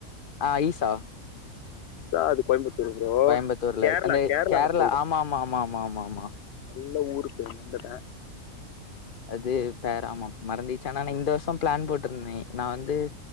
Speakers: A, on the left; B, on the left.
A: ஆ ஈசா
B: ஆ அது கோயம்புத்தூர் ப்ரோ
A: கோயம்புத்தூர்ல
B: கேரளா
A: இருக்கு அந்த
B: கேரளல
A: கேரளா
B: சொல்ற
A: ஆமா ஆமா ஆமா ஆமா ஆமா ஆமா
B: நல்ல ஊருக் போய் வந்துட
A: அது பேராமா மறந்திச்சு ஆனா நா இந்த வர்ஷோ ப்ளான் போட்ருந்தே நா வந்து